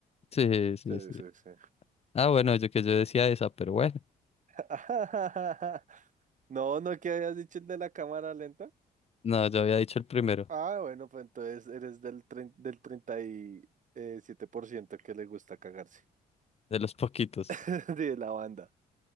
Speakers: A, on the left; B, on the right.
A: Sí, sí,
B: Sí,
A: sí.
B: sí, sí.
A: Ah, bueno, yo que yo decía esa, pero bueno.
B: <laughs> No, no, ¿Qué habías dicho el de la cámara lenta?
A: No, yo había dicho el primero,
B: Ah, bueno, pues entonces eres del, trein- del treinta y eh, siete por ciento que le gusta cagarse.
A: de los poquitos.
B: <laughs> De la banda,